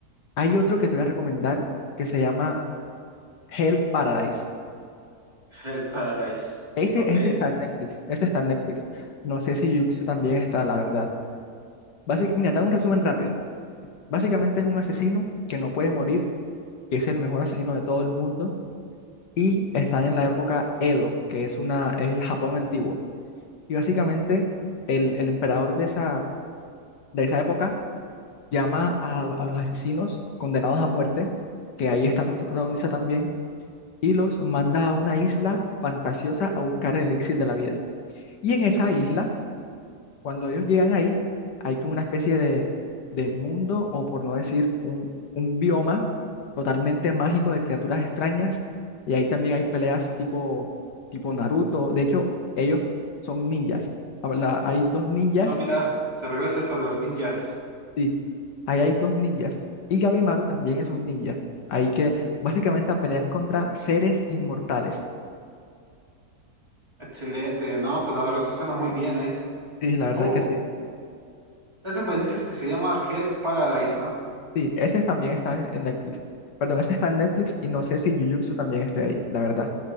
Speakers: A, on the left; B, on the right.
A: hay otro que te voy a recomendar que se llama Hell Paradise.
B: El Paradise.
A: Ese,
B: Ok.
A: ese está en Netflix. Ese está en Netflix. No sé si Yuxu también está, la verdad. Básic- Mira, te hago un resumen rápido. Básicamente es un asesino que no puede morir, que es el mejor asesino de todo el mundo y está en la época Edo, que es una, es el Japón antiguo. Y básicamente el, el emperador de esa, de esa época llama a, a los asesinos condenados a muerte, que ahí está nuestro protagonista también, y los manda a una isla fantasiosa a buscar el elixir de la vida. Y en esa isla Cuando ellos llegan ahí, hay como una especie de, de mundo, o por no decir un, un bioma totalmente mágico de criaturas extrañas, y ahí también hay peleas tipo, tipo Naruto. De hecho, ellos son ninjas. Habla- hay dos ninjas,
B: Ah, mira, se regresa eso de los ninjas.
A: sí, ahí hay dos ninjas, y Gabimaru también es un ninja. Ahí que básicamente pelean contra seres inmortales.
B: Excelente. No, pues la verdad sí suena muy bien, ¿eh?
A: Sí, la verdad
B: ¿Cómo?
A: es que sí.
B: Eso me dices que se llama Hell Paradise, ¿no?
A: Sí, ese también está en, en Netflix. Perdón, ese está en Netflix y no sé si Jujutsu también esté ahí, la verdad.